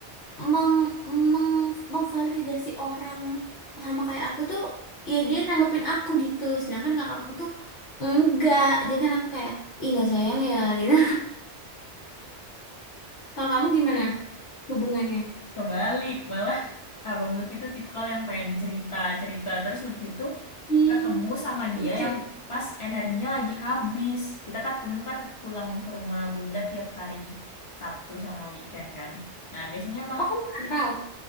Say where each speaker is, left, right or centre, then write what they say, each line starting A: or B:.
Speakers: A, on the left; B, on the left.
A: meng meng memvalidasi orang sama kayak aku tuh ya dia nanggepin aku gitu sedangkan kakak aku tuh enggak jadi kan aku kayak ih nggak sayang ya gitu <laughs> kalau kamu gimana hubungannya
B: Kebalik, malah abang Lutfi itu tipikal yang pengen cerita-cerita. Terus Lutfi itu
A: hmm,
B: ketemu sama dia
A: lucu
B: yang pas energinya lagi habis. Kita ketemu kan pulang ke rumah bunda tiap hari Sabtu sama weekend kan. Nah, biasanya emang
A: oh kamu rantau